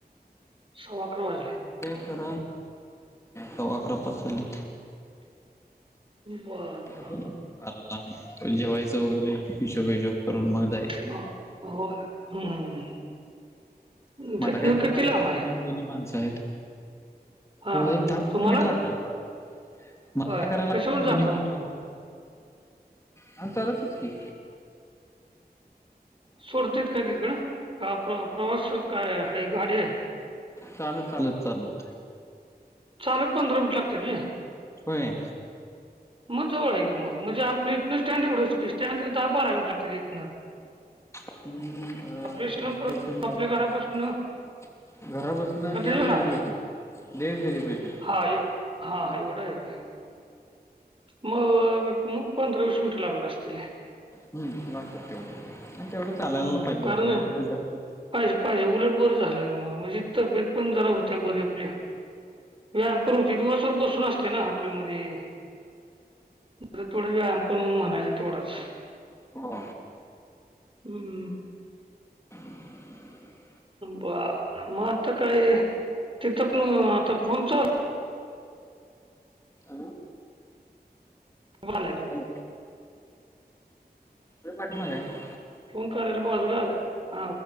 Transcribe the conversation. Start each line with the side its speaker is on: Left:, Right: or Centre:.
Right: सव्वा अकरा वाजले.
Left: तर सवा अकरा पाच झालेत.
Right: बर बर.
Left: पण बाराला त जेवायचं वगैरे, हिशोब बीशोब करून, मग जायचं.
Right: अ होय हम्म. तिथनं
Left: मला काय करायला
Right: किती
Left: लागत
Right: लांब
Left: नाही,
Right: आहे
Left: कारण जुनही माणसं आहेत.
Right: हा
Left: एक दहा पंधरा
Right: तुम्हाला
Left: मिनिट लागतात. मला
Right: होय
Left: काय करायला
Right: कशाहून
Left: लागत नाही
Right: जाता
Left: जुनी माणसं
Right: मग तुम्ही
Left: आहेत. आम्ही चालतच की.
Right: सोडतात काय तिथं? आणि का प्रवासात काय ह गाडी आहे?
Left: चालत चालत चालत.
Right: चालत पंधरा मिनट लागत्यात होय.
Left: व्हय
Right: मग जवळ आहे. की मग म्हणजे आपली इतनं स्टँड एवढस की स्टँड दहा बारा मिनिट लागते इतन.
Left: हम्म अ
Right: इस्लाम
Left: अ
Right: परत आपल्या घरापासून
Left: <unintelligible> घरा बसनं
Right: कधी
Left: देव
Right: वेळ
Left: सेलिब्रेशन
Right: लांब आहे
Left: देव सेलिब्रेशन
Right: हा य हा हा एवढं आहे. मग मग पंधरा वीस मिनिट लागत. असतील
Left: हम् लागतात तेवढे, तेवढं चालायला
Right: हम्म,
Left: पाहिजे
Right: कारण पाहिजे पाहिजे, उलट बरं झालं. मग म्हणजे तब्येत पण जरा होत्या बरी आपल्या व्यायाम पण होतोय. दिवसभर बसून असतोय ना हॉटेलमध्ये आपलं थोड व्यायाम पण म्हणायचं. तेवढाच
Left: हो
Right: हम्म
Left: <unintelligible>
Right: बर, मग आता काही तिथ न आता फोन चालू
Left: हॅलो
Right: कोण बोललाय तुम्ही?
Left: हॅलो तुझ्या पाठीमागे आहे.
Right: फोन करायला बाजूला आलाय ह